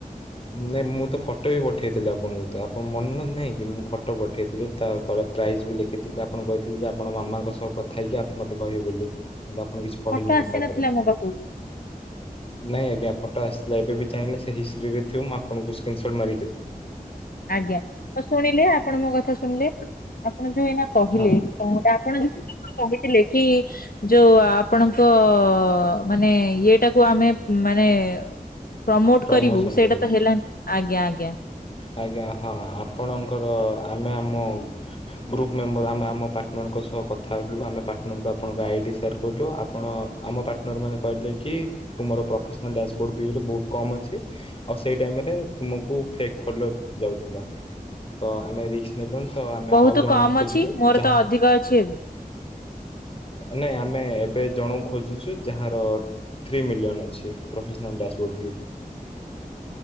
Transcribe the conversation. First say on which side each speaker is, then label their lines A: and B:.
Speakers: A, on the left; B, on the left.
A: ନାଇଁ ମୁଁ ତ ଫଟୋ ବି ପଠେଇଥିଲି ଆପଣଙ୍କୁ, ତ ଆପଣ ମନ ନାହିଁ କି ମୁଁ ଫଟୋ ପଠାଇଥିଲି, ତା ତଳେ ପ୍ରାଇଜ୍ ବି ଲେଖିଥିଲି, ଆପଣ କହିଥିଲେ ଯେ ଆପଣ ମାମାଙ୍କ ସହ କଥା ହେଇକି ଆପ ମତେ କହିବେ ବୋଲି। କିନ୍ତୁ ଆପଣ କିଛି କହିଲେଣି
B: ଫଟୋ ଆସିନଥିଲା
A: ତାପରେ।
B: ମୋ ପାଖକୁ
A: ନାଇଁ ଆଜ୍ଞା, ଫଟୋ ଆସିଥିଲା ଏବେ ବି ଚାହିଁଲେ ସେ ହିସ୍ ସ୍ତରେ ଥିବ ମୁଁ ଆପଣଙ୍କୁ ସ୍କ୍ରିନ୍ ସଟ୍ ମାରିକି ଦେବି।
B: ଆଜ୍ଞା। ତ ଶୁଣିଲେ ଆପଣ ମୋ କଥା ଶୁଣିଲେ, ଆପଣ ଯୋଉ ଏଇନା କହିଲେ
A: ହଁ
B: କଣ ଗୋଟେ ଆପଣ ଯୋଉ ମତେ କହିଥିଲେ କି ଯୋଉ ଆପଣଙ୍କ ମାନେ ଇଏଟାକୁ କୁ ଆମେ ମାନେ ପ୍ରମୋଟ
A: ପ୍ରମୋସନ୍
B: କରିବୁ ସେଇଟା
A: କରିବି।
B: ତ ହେଲାନି। ଆଜ୍ଞା ଆଜ୍ଞା।
A: ଆଜ୍ଞା ହଁ, ଆପଣଙ୍କର ଆମେ ଆମ ଗ୍ରୁପ୍ ମେମ୍ବର ଆମେ ଆମ ପାର୍ଟନରଙ୍କ ସହ କଥା ହେଲୁ, ଆମେ ପାର୍ଟନରକୁ ଆପଣଙ୍କ ଗାଇଡ଼ ସେୟାର୍ କଲୁ। ଆପଣ ଆମ ପାର୍ଟନର୍ ମାନେ କହିଲେ କି ତୁମର ପ୍ରୋଫେସନାଲ୍ ଡ୍ୟାସବୋର୍ଡ଼ ଭିୟୁରେ ବହୁତ କମ୍ ଅଛି। ଆଉ ସେଇ ଟାଇମରେ ତୁମକୁ ଫେକ ଫୋଲୋର ଯାଉଥିଲା। ତ ଆମେ ରିସ୍କ ନେଲୁନୁ ତ ଆମେ
B: ବହୁତ
A: ଆଉ ଜଣଙ୍କୁ
B: କମ
A: ଖୋଜିଲୁ,
B: ଅଛି ମୋର
A: ଯାହା
B: ତ ଅଧିକ ଅଛି ଏବେ?
A: ନାଇଁ, ଆମେ ଏବେ ଜଣଙ୍କୁ ଖୋଜୁଛୁ, ଯାହାର ଥ୍ରୀ ମିଲିୟନ୍ ଅଛି ପ୍ରୋଫେସନଲ ଡ୍ୟାସବୋର୍ଡ଼ ଭିଉ।